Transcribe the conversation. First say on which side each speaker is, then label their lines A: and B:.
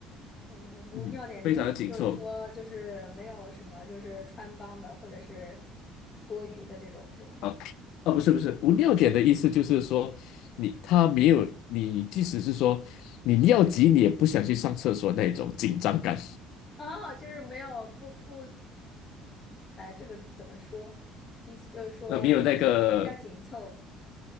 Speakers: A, on the left; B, on the left.
A: 我无尿点的意思就是说，
B: 嗯，非常的紧凑
A: 就是没有什么就是穿帮的或者是多余的这种，是吗？
B: 啊啊，不是不是，无尿点的意思就是说你它没有你，即使是说你尿急，你也不想去上厕所那种紧张感，
A: 哦，就是没有不不，呃，这个怎么说？意思就是说
B: 呃，没有那个
A: 比较紧凑。